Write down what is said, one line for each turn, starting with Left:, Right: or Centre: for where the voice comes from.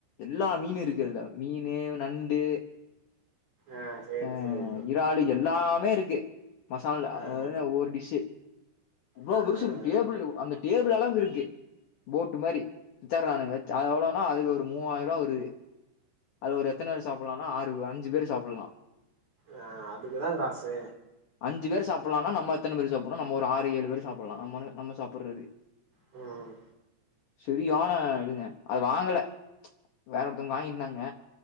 Left: எல்லா மீன் இருக்குல்ல மீனு நண்டு
Right: ஆ சேரி
Left: ஆஹ்
Right: சேரி
Left: இரால் எல்லாமே இருக்கு மசால
Right: ஆ
Left: அதாவது ஒவ்வொரு டிஷு இ்ளோ
Right: ஆ ஆ ஆ
Left: விசம் இரு டேபிள் அந்த டேபிள் அல்லவு இருக்கு போட்டு மாதிரி வச்சரலாம்னு வச்சது எவ்ளோனா அதுக்கு ஒரு மூவாயிர ரூபா வருது அது ஒரு எத்தனை பேர் சாப்பிடலாம்னா ஆறு அஞ்சு பேர் சாப்பிடலாம்
Right: அஹ் அதுக்குதான் காசு
Left: அஞ்சு பேர் சாப்பிடலாமா நம்ம எத்தனை பேர் சாப்பிடலும் நம்ம ஒரு ஆறு ஏழு பேர் சாப்பிடாம் நம நம்ம சாப்பிடுறது
Right: ம்
Left: சரியோனா இதுங்க அது வாங்கல வேற ஒருத்தவங்க வாங்கிருந்தாங்க